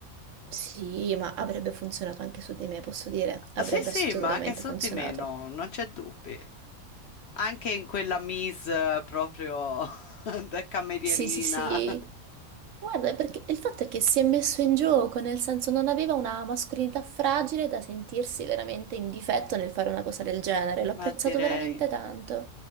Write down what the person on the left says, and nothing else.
Sì, sì,
ma anche su
di me no, non c'è dubbi. Anche in quella mise proprio <laughs> da camerierina.
<laughs>
Ma direi,